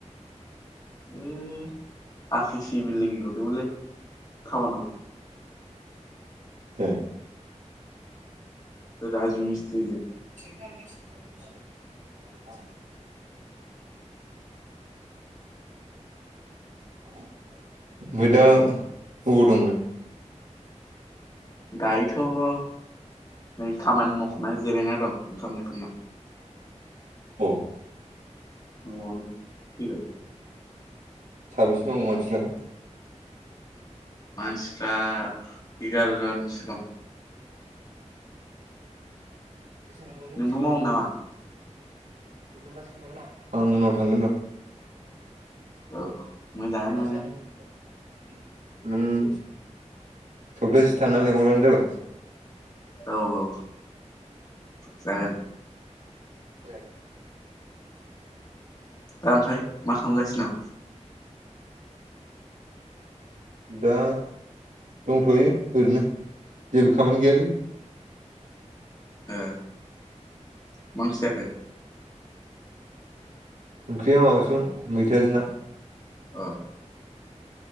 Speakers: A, on the left; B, on the right.
A: अम आरसि सि बिल्डिं लुदोंमोनलै टाउनाव।
B: अम
A: राजु मिस्त्रिजों।
B: <unintelligible> ओमफ्राय दा बबाव दं?
A: दायोथ'। नै खामानि मावखांनाय जिरायना दं ओंखाम जाखांना।
B: औ।
A: न'आवनो फैबाय।
B: साबेसे मावो मानसिफ्रा?
A: मानसिफ्रा एगार' जनसो दं।
B: <unintelligible>
A: नोंबो मावनो नामा
B: आं उनाव थांगोन र
A: औ। मोजाङानो
B: सोगोनना
A: मोनो
B: सोआ नों गुगोल पे अम दसे थाना लिंहरबानो जाबाय
A: औ औ जागोन
B: <unintelligible> <unintelligible>
A: दा ओमफ्राय मा खामगासिनो?
B: दा दंथ'यो ओरैनो जेबो खामानि गैयालै।
A: ओ मा ओंख्रि जाखो?
B: ओंख्रिया माबासोम मैथाजों ना।
A: अ।